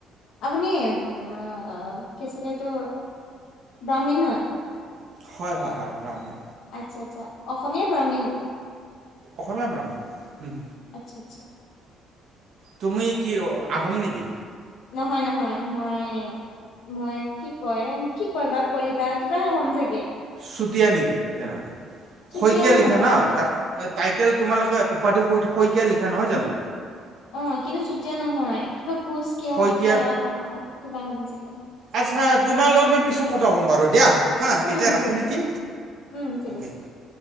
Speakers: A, on the left; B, on the right.
A: আপুনি আ কি আছিলে এটো, ব্ৰাহ্মীণ হয়।
B: হয় হয়- হয় ব্ৰাহ্মণ।
A: আচ্ছা- আচ্ছা, অসমীয়া ব্ৰাহমিন।
B: অসমীয়া ব্ৰাহ্মণ হম।
A: আচ্ছা-আচ্ছা।
B: তুমি কি আহোম নেকি?
A: নহয়-নহয়, মই -মই কি কয় কি কয় বা কলিতা কিবা এটা এ হ'ম চাগে।
B: চুটিয়া নেকি তেনেহ'লে।
A: চুতীয়াও
B: শইকীয়া লিখা
A: নহয়
B: ন টাইটেল তোমালোকে উপাধি শ শইকীয়া লিখা নহয় জানো।
A: অ' কিন্তু চুতিয়া নহয়, কিবা কোচ কেওঁত
B: শইকীয়া
A: কিবা এটা, কিবা হ'ম চাগে।
B: আচ্ছা তোমাৰ লগত মই পিছত কথা ক'ম বাৰু দিয়া। হা
A: উম
B: এতিয়া ৰাখোঁ
A: ঠিক
B: নেকি
A: আছে, উম ঠিক
B: অ'কে
A: আছে দিয়ক।